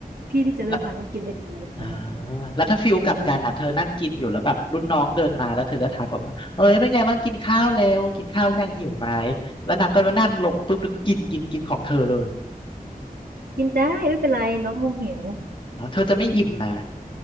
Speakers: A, on the right; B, on the left.
A: พี่ที่จะเลิกงานต้องกินด้วยกันอะไรประมาณเนี้ย
B: ้ว อ่าแล้วถ้าฟิลกลับกันอ่ะเธอนั่งกินอยู่แล้วแบบรุ่นน้องเดินมาแล้วเธอก็ทักแบบว่าเอ้ยเป็นไงบ้างกินข้าวแล้วกินข้าวยังหิวไหม
A: เออ
B: แล้วนางก็มานั่งลงปุ๊บแล้วก็กินกินกินของเธอเลย
A: กินได้ไม่เป็นไรน้องคงหิว
B: เนาะเธอจะไม่อิ่มนะ